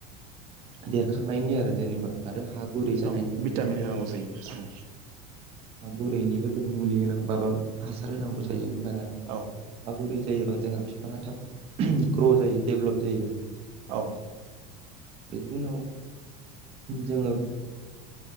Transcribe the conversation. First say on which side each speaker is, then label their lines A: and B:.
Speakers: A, on the right; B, on the right.
A: देरखांनायनि आरो जेनेबा आरो हा गुरै जानायनिबो
B: औ भिटामिन
A: जोङो
B: होनांगौ जायो ओं
A: हा गुरैनिबो जों मुलि होनां माबा हासार होनांगौ जायो होमबाना
B: औ
A: गुरै जायोबा जोंहा बिफाङा थाब ग्र' जायो डेभलप जायो
B: औ
A: बेनि उनाव जोङो